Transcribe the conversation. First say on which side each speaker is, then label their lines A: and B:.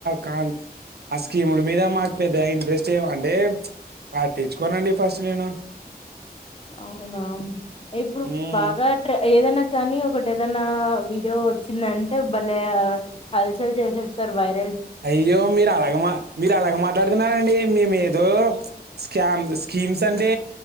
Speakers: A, on the right (about 80°); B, on the left (about 35°).
A: కాంత్. ఆ స్కీముల మీద మాకు పెద్ద ఇంట్రెస్ట్ ఏ అంటే పట్టిచ్చుకోనండి ఫస్ట్ నేను.
B: అవునా, ఎప్పుడు
A: హ్మ్.
B: బాగా ట్రై ఏదైనా. కానీ ఒకటి ఏదైనా వీడియో ఓచ్చిందంటే, బలే హల్చల్ జేసేస్తారు. <inaudible>
A: అయ్యో మీరు అలాగ మాట్, మీరు అలాగ మాట్లాడుతున్నారండి మేం ఏదో. స్కామ్ స్కీమ్స్ అంటే